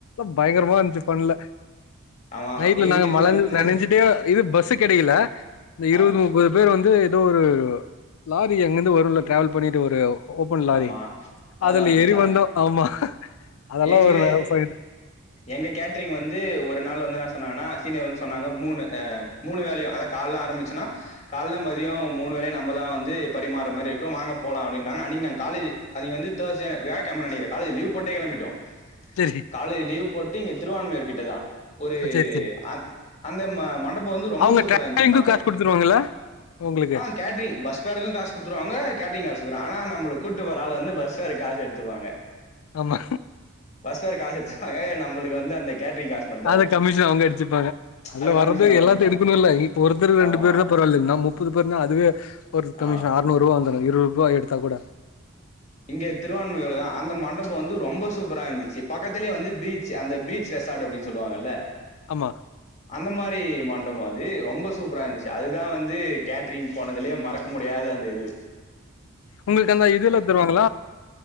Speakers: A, on the left (about 80°); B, on the left (about 30°).
A: பயங்கரமா இருந்துச்சி ஃபன்ல
B: ஆமா ஆமா
A: நைட்ல
B: எங்கள்து
A: நாங்க மழ
B: வந்து
A: நெனஞ்சிட்டே இது பஸ்ஸு கெடைக்கல இந்த இருவது
B: ஆ
A: முப்பது பேர் வந் து எதோ ஒரு லாரி எங்கிருந்து வருல்ல ட்ராவல் பண்ணிட்டு ஒரு ஓப்பன் லாரி.
B: ஆமா அதல
A: அதுல
B: வன்டீங்களா
A: ஏறி வந்தோம். ஆமா. அதெல்லா
B: எங்க
A: ஒரு ஃபைட்.
B: எங்க கேட்ரிங் வந்து ஒரு நாள் வந்து நா சொன்னாங்கனா சீனியர் வந்து சொன்னாங்க மூனு அ மூனு வேளையு அதா கால்ல ஆரம்பிச்சனா கால்ல மதியோ மூனு வேளையு நம்ப தா வந்து பரிமாற மாரி இருக்கு வாங்க போலா அப்டீன்டாங்க அன்னிக்கு நான் காலேஜ அங்க வம் நினைிறே காலே லவ் போட்ட கிம்பட்டம்
A: சரி
B: காலேஜ் லீவ் போட்டு இங்க திருவான்மையூர்கிடட் ட தா ஒரு
A: சரி சரி
B: அந் அந்த ம மண்டபோ வந்து ரொம்ப
A: அவங்க
B: சூப்பரான்ச்சி
A: டிராவலிங்கு
B: பக்கத்
A: காசு குடுத்துருவாங்களா உங்களுக்கு
B: ஆ கேட்ரிங் பஸ் பேருக்கும் காசு குத்துருவாங்க கேட்ரிங் காசு குத்துருவாங்க ஆனா நம்மளுக் கூட்டு போற ஆளு வந்து பஸ் ஃபேர்க்கு காசு எடுத்துப்பாங்க
A: ஆமா
B: பஸ் ஃபேர் காசு எடுத்துப்பாங்க நம்மளுக்கு வந்து அந்த கேட்ரிங் காசு மட்டும் தான்
A: அத
B: இருக்கும்
A: கமிஷன் அவுங்க எடிச்சுப்பாங்க அதுல
B: அது கமிஷன்
A: வர்றது
B: அவங்க
A: எல்லாத்தையு
B: எடுத்துப்பாங்க
A: எடுக்கணுல்ல இப்ப ஒருத்தர் ரெண்டு
B: ஆமா
A: பேரு பரவால்ல நாம் முப்பது பேருனா அதுவே ஒரு கமிஷன்
B: ஆ
A: ஆற்நூருவா வந்து இருவற்ரூபா எடுத் தாகுட
B: இங்க திருவான்மியூர்லதா அந்த மண்டபோ வந்து ரொம்ப சூப்பரா இருந்துச்சி பக்கத்துலேயே வந்து பீச் அந்த பீச் ரெசார்ட்டு அப்டின் சொல்லுவாங்கல்ல
A: ஆமா
B: அந்த மாரி மண்டபோ அது ரொம்ப சூப்பர இருந்துச்சி அதுதா வந்து கேட்ரிங் போனதுலயே மறக்க முடியாத அந்த இதுவு
A: உங்களுக்கு அந்த இதுலா தருவாங்கள